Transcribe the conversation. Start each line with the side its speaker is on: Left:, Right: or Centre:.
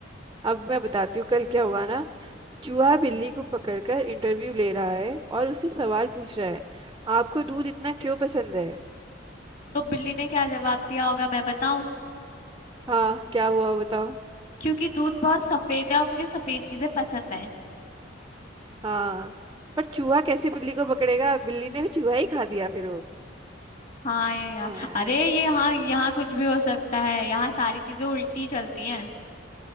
Right: अब मैं बताती हूँ कल क्या हुआ ना चूहा बिल्ली को पकड़कर इंटरव्यू ले रहा है और उससे सवाल पूछ रहा है आपको दूध इतना क्यों पसंद है
Left: तो बिल्ली ने क्या जवाब दिया होगा मैं बताऊं
Right: हाँ क्या हुआ बताओ
Left: क्योंकि दूध बहुत सफेद है और मुझे सफेद चीजें पसंद है
Right: हाँ पर चूहा कैसे बिल्ली को पकड़ेगा बिल्ली ने भी चूहा ही खा दिया फिर वो
Left: हाँ ये यार
Right: हाँ
Left: अरे ये हाँ यहाँ कुछ भी हो सकता है यहाँ सारी चीजें उल्टी चलती हैं